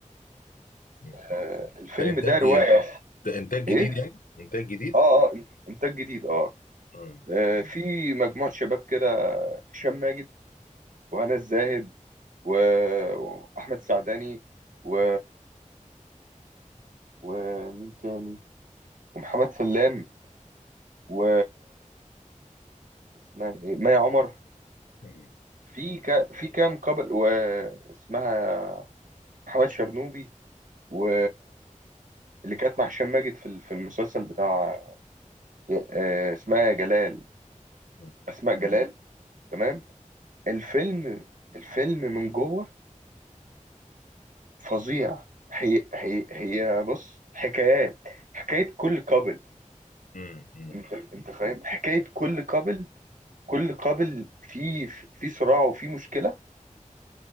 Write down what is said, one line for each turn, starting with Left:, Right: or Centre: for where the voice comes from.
Left: مم.
Right: آه، الفيلم
Left: ده انتاج
Right: ده رواية
Left: ده انتاج جديد
Right: ايه
Left: يعني انتاج جديد
Right: اه اه انتاج جديد اه
Left: مم.
Right: آه، في مجموعة شباب كده هشام ماجد وهنا الزاهد و- واحمد السعداني و ومين تاني ومحمد سلام و اسمها ايه مي عمر
Left: مم.
Right: في ك... في كام قبل واسمها محمد شرنوبي و اللي كانت مع هشام ماجد في في المسلسل بتاع آه، اسمها جلال
Left: مم.
Right: اسماء جلال تمام الفيلم الفيلم من جوه فظيع هي هي هي بص حكايات حكاية كل قبل
Left: مم. مم.
Right: انت انت فاهم حكاية كل قبل كل قبل في في صراع وفي مشكلة